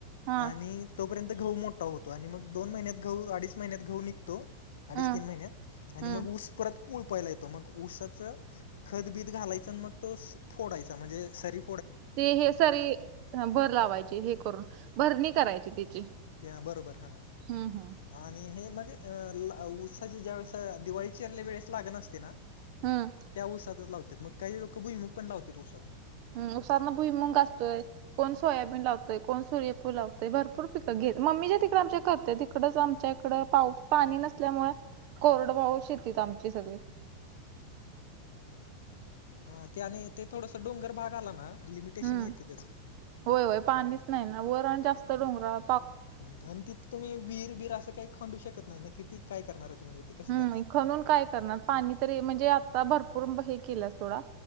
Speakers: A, on the right; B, on the left.
A: हा
B: आणि तोपर्यंत घऊ मोठा होतो आणि मग दोन महिन्यात गहु अडीच महिन्यात घऊ निघतो. अडीच
A: हम्म
B: तीन महिन्यात. आणि
A: हम्म
B: मग ऊस परत कूळपायला येतो. मग ऊसाचं खत बीत घालायचं आणि मग तो फोडायचा. म्हणजे सरीत
A: ते हे सरी भर लावायचे हे करून, भरणी करायची तिची.
B: या बरोबर हां.
A: हम्म हम्म.
B: आणि हे मग उसाचे ज्यावेळेस दिवाळीचील्या वेळेस लागण असते ना
A: हं.
B: त्या ऊसातच लावतो, मग काही लोकं भुईमग पण लावत्यात उसात.
A: हम उसातनं भुईमुंग असतंय. कोण सोयाबीन लाव तंय, कोण सूर्यफुल लावतंय. भरपूर पिकं घेत. मम्मीच्या तिकडं आमच्या करत्यात. इकडंच आम च्याकडं पाऊ पाणी नसल्यामुळं कोरडवाहू शेती हाईत आमची सगळी.
B: हा ते आणि ते थोडसं डोंगरभाग आला ना, लिमिटेशन
A: हम्म
B: येतंय त्याचं.
A: होय होय पाणीच नाही ना, वर आणि जास्त डोंगरा
B: ह आणि तिथं तुम्ही विहीर बीर असं काही खांदू शकत नाही ना. किती काय करणार आहे तुम्ही? ते कसं
A: हम्म
B: करणार
A: खणून काय करणार, पाणी तरी म्हणजे आता भरपूर हे केल्यात सोडा.